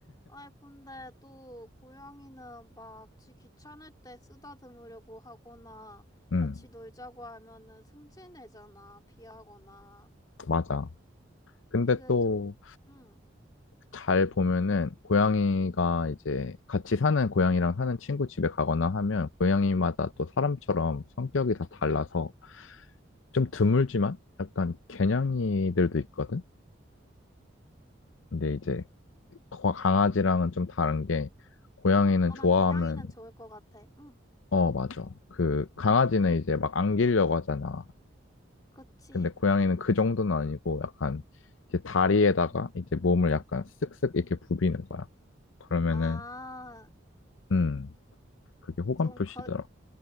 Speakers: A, on the left; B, on the left.
A: 아이, 근데 또 고양이는 막 지 귀찮을 때 쓰다듬으려고 하거나
B: 응,
A: 같이 놀자고 하면은 승진해잖아, 비하거나.
B: 맞아. 근데
A: 그게
B: 또
A: 좀, 응.
B: 잘 보면은 고양이가 이제 같이 사는 고양이랑 사는 친구 집에 가거나 하면 고양이마다 또 사람처럼 성격이 다 달라서 좀 드물지만 약간 개냥이들도 있거든. 근데 이제 거- 강아지랑은 좀 다른 게 고양이는
A: 어,
B: 좋아하면
A: 난 개냥이는 좋을 것 같아. 응.
B: 어 맞아. 그 강아지는 이제 막 안기려고 하잖아.
A: 그치?
B: 근데 고양이는 그 정도는 아니고 약간 이제 다리에다가 이제 몸을 약간 쓱쓱 이렇게 부비는 거야. 그러면은
A: 아,
B: 음 그게 호감
A: 좀
B: 표시더라.
A: 거,